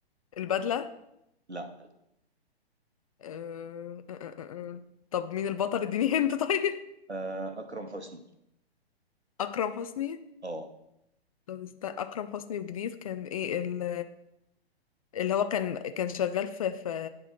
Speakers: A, on the left; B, on the right.
A: البدلة
B: لا
A: إيه، آه، آه، آه، آه. طب مين البطل اديني <laughs> هنت طيب
B: آه اكرم حسني
A: أكرم حسني
B: اه
A: طب است... أكرم حسني وجديد كان ايه ال- اللي هو كان كان شغال في في